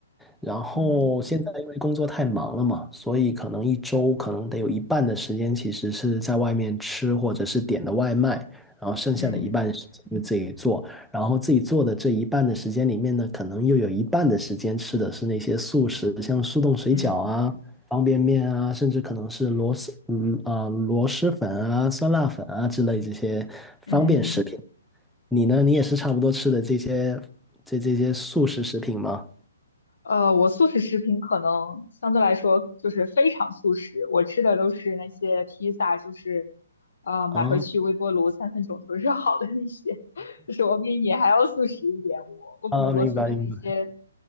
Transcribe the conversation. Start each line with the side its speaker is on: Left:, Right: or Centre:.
Centre: 然后现在因为工作太忙了嘛，
Left: 嗯
Centre: 所以可能一周可能得有一半的时间其实是在外面吃或者是点的外卖，然后剩下的一半时间就自己做，
Left: 嗯
Centre: 然后自己做的这一半的时间里面呢，可能又有一半的时间吃的是那些速食，像速冻水饺啊。
Left: 嗯
Centre: 方便面啊，甚至可能是螺蛳，嗯啊、螺蛳粉啊、酸辣粉啊之类这些方便食品。
Left: 嗯嗯。
Centre: 你呢？你也是差不多吃的这些这这些速食食品吗？
Left: 呃，我素食食品可能相对来说就是非常素食，我吃的都是那些披萨，就是呃买回去微波炉三分钟就热好的那些，
Centre: 啊
Left: <laughs> 就是我比你还要素食一点。我我可能螺蛳粉那些
Centre: 啊，明白明白